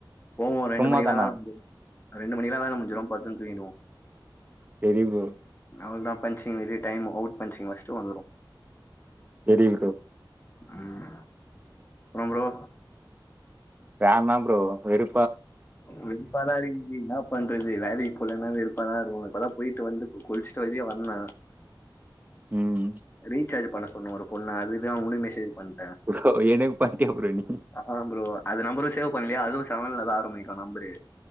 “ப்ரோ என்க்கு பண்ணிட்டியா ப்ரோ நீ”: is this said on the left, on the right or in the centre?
Right